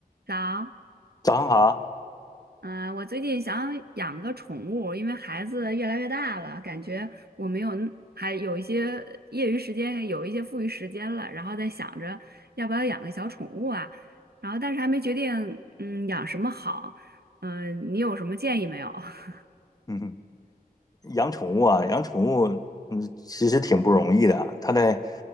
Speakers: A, on the right; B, on the left.
A: 早，
B: 早上好，
A: 嗯、我最近想养个宠物，因为孩子越来越大了，感觉我没有那还有一些业余时间，有一些富余时间了，然后在想着要不要养个小宠物啊，然后但是还没决定，嗯，养什么好，嗯、你有什么建议没有？<laughs>
B: 嗯，养宠物啊，养宠物，嗯，其实挺不容易的啊。它在，